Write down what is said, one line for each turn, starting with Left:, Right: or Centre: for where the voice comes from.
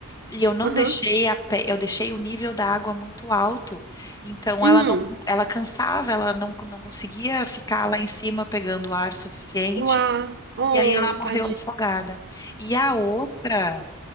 Left: E eu não
Right: Aham.
Left: deixei a pe... eu deixei o nível da água muito alto. Então
Right: Hum.
Left: ela não ela cansava, ela não, não conseguia ficar lá em cima pegando ar suficiente.
Right: Uá, oh,
Left: E aí ela morreu
Right: tadinho.
Left: afogada. E a outra.